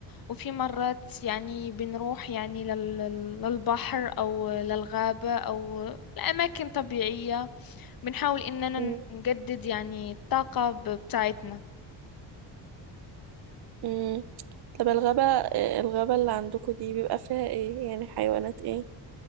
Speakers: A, on the left; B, on the right.
A: وفي مرات يعني بنروح يعني لل... للبحر أو للغابة أو لأماكن طبيعية بنحاول إننا
B: مم.
A: نجدد يعني الطاقة ب- بتاعتنا
B: مم. طب الغابة آه، الغابة اللي عندكم دي بيبقى فيها ايه يعني حيوانات ايه